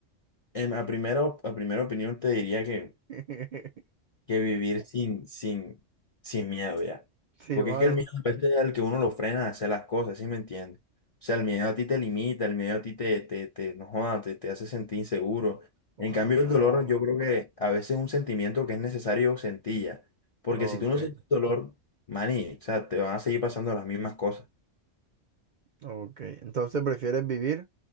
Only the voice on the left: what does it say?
en, a primera, op- a primera opinión te diría que
que vivir sin, sin, sin miedo ya.
Porque
es que el miedo a veces es el que uno lo frena a hacer las cosas, ¿sí me entiendes? O sea, el miedo a ti te limita, el miedo a ti te, te, te, no joda, te, te hace sentir inseguro.
En cambio,
el dolor yo creo que a veces es un sentimiento que es necesario sentir ya. Porque
si tú no sientes dolor, maní, o sea, te van a seguir pasando las mismas cosas